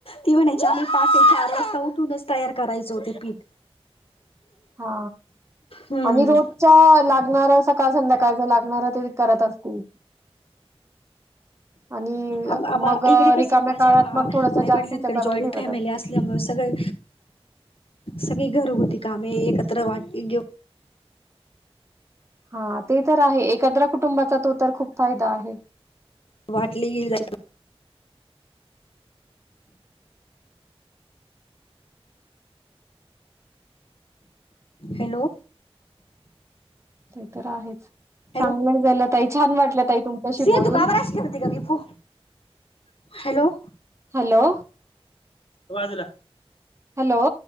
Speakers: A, on the left (about 65°); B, on the right (about 25°).
A: ती म्हणायची आम्ही पाटे चार वाजता उठूनच तयार करायचो हो ते पीठ
B: हा
A: हम्म
B: आणि रोजच्या लागणारा सकाळ संध्याकाळचा लागणारा काहीतरी करत असतील आणि
A: आम्हा आम्हा
B: मग अ,
A: इकडे
B: रिकाम्या
A: कस माझ्या
B: काळात
A: आईवडलांकडे
B: मग थोडस जास्तीच करून
A: जॉईंट
B: ठेवत
A: फॅमिली
B: असतील.
A: असल्यामुळे काय
B: <unintelligible>
A: सगळी घर होती कामे एकत्र वाट घेऊ
B: हा ते तर आहे एकत्र कुटुंबाचा तो तर खूप फायदा आहे.
A: वाटली गे हॅलो
B: ते तर आहेच
A: हॅलो
B: चांगल झाल ताई छान वाटल ताई तुमच्याशी
A: सिया
B: बोलून.
A: तू का बरं अशी करते ग मी फो हॅलो
B: हॅलो
A: बाजूला
B: हॅलो